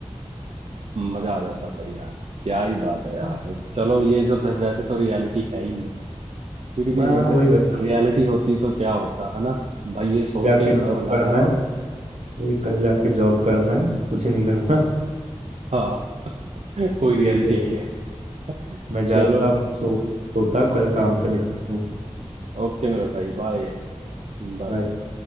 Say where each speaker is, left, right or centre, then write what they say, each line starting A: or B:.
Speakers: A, on the right; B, on the right.
A: <laughs> मजा आ जाता भाई यार क्या ही बात है यार
B: भाई
A: चलो ये सब वैसे तो रियलिटी है ही नहीं फिर
B: बस
A: भी
B: हाँ
A: अगर
B: वही भाई
A: रियलिटी होती तो क्या होता है ना भाई ये सोच
B: जाके
A: के ही बड़ा
B: जॉब
A: मजा
B: करना
A: आया
B: है वही कल जाके जॉब करना है कुछ नहीं करना <laughs>
A: हाँ <laughs> कोई
B: ठीक
A: रियलिटी
B: है
A: नहीं है <laughs>
B: मैं जाता
A: चलो
B: सो होता
A: ओ,
B: कल काम पे निकलता हूँ
A: ओके मेरे भाई बाय बाय
B: Bye.